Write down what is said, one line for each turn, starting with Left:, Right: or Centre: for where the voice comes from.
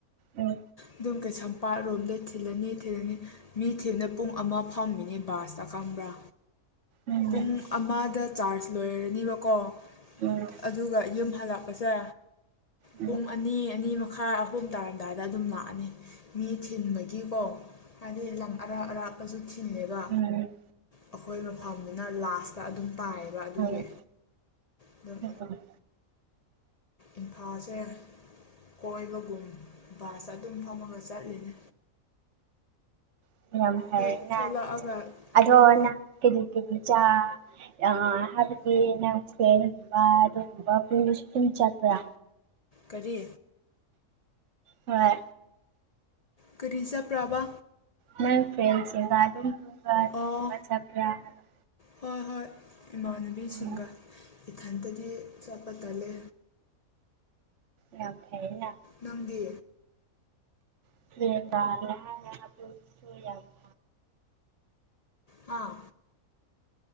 Right: ꯎꯝ
Left: ꯑꯗꯨꯝ ꯀꯩꯁꯝꯄꯥꯠꯔꯣꯝꯗ ꯊꯤꯜꯂꯅꯤ ꯊꯤꯜꯂꯅꯤ ꯃꯤ ꯊꯤꯟꯅ ꯄꯨꯡ ꯑꯃ ꯐꯝꯃꯤꯅꯤ ꯕꯥꯁ ꯈꯪꯕ꯭ꯔꯥ
Right: ꯎꯝ
Left: ꯄꯨꯡ
Right: ꯎꯝ
Left: ꯃꯥꯥꯗ ꯆꯥꯔꯖ ꯂꯣꯏꯔꯅꯤꯕꯀꯣ
Right: ꯎꯝ
Left: ꯑꯗꯨꯒ ꯌꯨꯝ ꯍꯜꯂꯛꯄꯁꯦ
Right: ꯎꯝ
Left: ꯄꯨꯡ ꯑꯅꯤ ꯑꯅꯤ ꯃꯈꯥꯏ ꯑꯍꯨꯝ ꯇꯥꯔꯝꯗꯥꯏꯗ ꯑꯗꯨꯝ ꯂꯥꯛꯑꯅꯤ ꯃꯤ ꯊꯤꯟꯕꯒꯤꯀꯣ ꯍꯥꯏꯗꯤ ꯂꯝ ꯑꯔꯥꯞ ꯑꯔꯥꯞ ꯑꯃꯁꯨ ꯊꯤꯜꯂꯦꯕ
Right: ꯎꯝ
Left: ꯑꯩꯈꯣꯏ ꯃꯐꯝꯅꯤꯅ ꯂꯥꯁꯇ ꯑꯗꯨꯝ ꯇꯥꯏꯌꯦ ꯑꯗꯨꯒꯤ
Right: ꯎꯝ
Left: ꯑꯗꯨꯝ
Right: ꯎꯝ
Left: ꯏꯝꯐꯥꯜꯁꯦ ꯀꯣꯏꯕꯒꯨꯝ ꯕꯁ ꯑꯗꯨꯝ ꯐꯝꯃꯒ ꯆꯠꯂꯤꯅꯦ
Right: <unintelligible>
Left: ꯍꯦꯛ ꯊꯣꯛꯂꯛꯑꯒ ꯌꯨꯝ
Right: ꯍꯥꯏꯕꯗꯤ ꯅꯪꯁꯦ ꯑꯗꯨꯒꯨꯝꯕ ꯑꯗꯨꯒꯨꯝꯕ ꯄꯨꯕꯁꯨ ꯑꯗꯨꯝ ꯆꯠꯄ꯭ꯔꯥ
Left: ꯀꯔꯤ
Right: ꯍꯣꯏ
Left: ꯀꯔꯤ ꯆꯠꯄ꯭ꯔꯥꯕ
Right: ꯅꯪ ꯐ꯭ꯔꯦꯟꯁꯤꯡꯒꯥ ꯑꯗꯨꯝ ꯑꯗꯨꯒꯨꯝꯕ
Left: ꯑꯣ
Right: ꯆꯠꯄ꯭ꯔꯥ ꯍꯥꯏꯕ
Left: ꯍꯣꯏ ꯍꯣꯏ ꯏꯃꯥꯟꯅꯕꯤꯁꯤꯡꯒ
Right: ꯎꯝ
Left: ꯏꯊꯟꯇꯗꯤ ꯆꯠꯄ ꯇꯥꯜꯂꯦ
Right: ꯌꯥꯝ ꯐꯩꯌꯦꯅ
Left: ꯅꯪꯗꯤ
Right: <unintelligible>
Left: ꯑꯥ